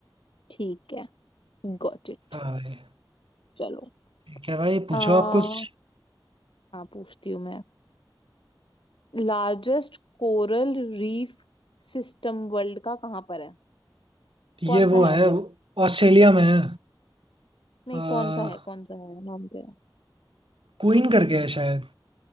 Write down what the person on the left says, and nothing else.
ठीक है गॉट इट
चलो
आ,
हाँ
पूछती हूँ मैं Largest coral reef system world का कहाँ पर है कौन
सा
है
मतलब
नहीं
कौन सा है कौन सा है नाम क्या है